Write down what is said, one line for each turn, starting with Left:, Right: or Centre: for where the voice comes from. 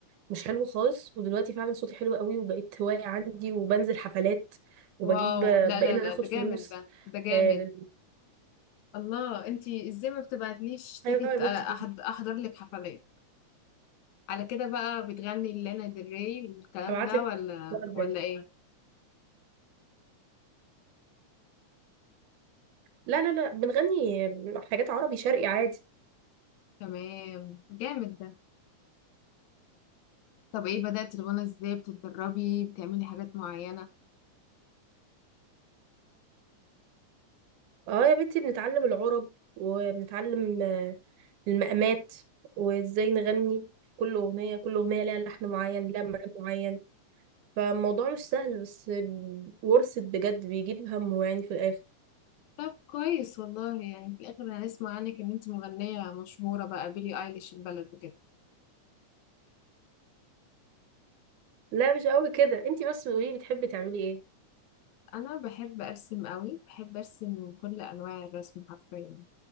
Right: مش حلو خالص ودلوقتي فعلا صوتي حلو قوي وبقيت هواية عندي وبنزل حفلات وبجيب
Left: واو لا
Right: بقينا
Left: لا
Right: ناخد
Left: لا ده
Right: فلوس
Left: جامد ده ده جامد
Right: آه لل...
Left: الله انتي ازاي ما بتبعتليش تيكت
Right: ايوه أيوة، يا بنتي
Left: آه، أحض- احضر لك حفلات على كده بقى بتغني لانا ديل ري والكلام
Right: هبعت
Left: ده
Right: لك
Left: ولا
Right: المرة الجاية
Left: ولا ايه
Right: لا لا لا بنغني حاجات عربي شرقي عادي
Left: تمام جامد ده طب ايه بدأتي الغنى ازاي بتتدربي بتعملي حاجات معينة
Right: اه يا بنتي بنتعلم العرب وبنتعلم آه، المقامات وازاي نغني كل اغنية كل اغنية لها لحن معين لها مقام معين فالموضوع مش سهل بس ورثت بجد بيجيب همه يعني في الاخر
Left: طب كويس والله يعني في الآخر هنسمع عنك إن أنت مغنية مشهورة بقى بيلي أيليش البلد وكده
Right: لا مش قوي كده انتي بس قولي بتحبي تعملي ايه
Left: أنا بحب أرسم قوي بحب أرسم كل أنواع الرسم حرفيا